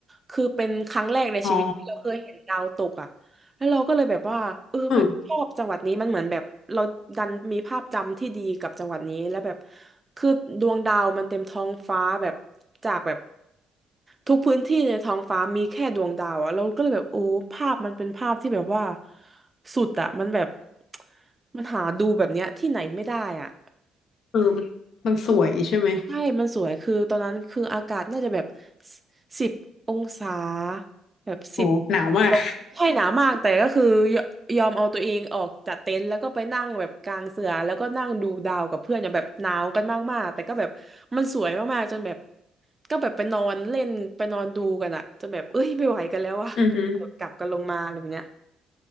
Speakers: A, on the right; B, on the left.
A: คือเป็นครั้งแรกในชีวิตที่เราเคยเห็นดาวตกอ่ะ
B: อ๋อ
A: แล้วเราก็เลยแบบว่าเออไม่ชอบจังหวัดนี้มันเหมือนแบบเราดันมีภาพจำที่ดีกับจังหวัดนี้แล้วแบบ
B: เออ
A: คือดวงดาวมันเต็มท้องฟ้าแบบจากแบบทุกพื้นที่ในท้องฟ้ามีแค่ดวงดาวอะเราก็เลยแบบโอ้ภาพมันเป็นภาพที่แบบว่าสุดอะมันแบบมันหาดูแบบเนี้ยที่ไหนไม่ได้อะ
B: เออมันมันสวยใช่ไหม
A: ใช่มันสวยคือตอนนั้นคืออากาศน่าจะแบบสิบองศาแบบสิบ
B: โอ้หนาวมาก
A: ตกใช่หนาวมากแต่ก็คือยยอมเอาตัวเองออกจากเต็นท์แล้วก็ไปนั่งแบบกลางเสือแล้วก็นั่งดูดาวกับเพื่อนอย่างแบบหนาวกันมากๆแต่ก็แบบมันสวยมากๆจนแบบก็แบบไปนอนเล่นไปนอนดูกันอะจนแบบเอ้ยไม่ไหวกันแล้วว่ะก็กลับกันลงมาอะไรแบบเนี้ย
B: <laughs> อือหือ